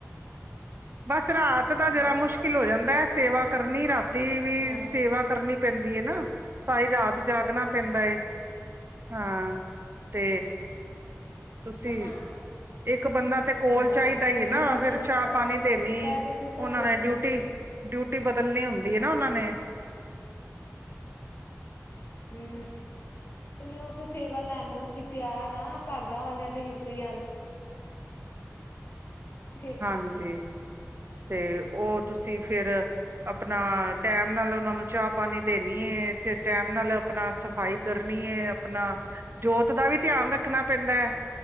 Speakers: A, on the right (about 45°); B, on the left (about 50°).
A: ਬਸ ਰਾਤ ਦਾ
B: ਹਾਂ
A: ਜਰਾ ਮੁਸ਼ਕਿਲ ਹੋ ਜਾਂਦਾ ਮੈਂ ਸੇਵਾ ਕਰਨੀ ਰਾਤ ਤੇ ਵੀ
B: ਹਾਂ
A: ਸੇਵਾ ਕਰਨੀ ਪੈਂਦੀ ਹੈ ਨਾ, ਸਾਰੀ ਰਾਤ ਜਾਗਣਾ ਦੇ, ਹਾਂ ਤੇ ਤੁਸੀਂ
B: ਹਾਂ,
A: ਇੱਕ ਬੰਦਾ ਤੇ ਕੋਲ
B: ਹਾਂ ਹਾਂ
A: ਚਾਹੀਦਾ
B: ਹਾਂ ਕੋਈ
A: ਹੀ ਹੈ ਨਾ,
B: ਨਹੀਂ ਬਸ
A: ਫਿਰ
B: ਅ,
A: ਚਾਹ ਪਾਣੀ ਦੇਣੀ
B: ਕਹਿ ਰਹੇ ਸੀ ਸਭ
A: ਉਹਨਾਂ ਨੇ ਡਿਊਟੀ ਡਿਊਟੀ ਬਦੱਲਣੀ ਹੁੰਦੀ ਹੈ ਨਾ, ਉਹਨਾਂ ਨੇ
B: ਹਮ ਉਹ ਤੇ ਸੇਵਾ ਲੈ ਨੂੰ ਅਸੀਂ ਤਿਆਰ ਆਂ, ਭਾਗਾਂ ਵਾਲਿਆਂ ਦੇ ਹਿੱਸੇ ਸਹੀ ਆ <inaudible> ਸੇਵਾ
A: ਹਾਂਜੀ ਤੇ ਉਹ ਤੁਸੀਂ ਫਿਰ ਆਪਣਾ ਟਾਇਮ ਨਾਲ ਉਹਨਾਂ ਚਾਹ ਪਾਣੀ ਦੇਣੀ ਹੈ, ਟਾਇਮ ਨਾਲ ਆਪਣਾ ਸਫ਼ਾਈ ਕਰਨੀ ਹੈ ਆਪਣਾ ਜੋਤ ਦਾ ਵੀ ਧਿਆਨ ਰੱਖਣਾ ਪੈਂਦਾ ਹੈ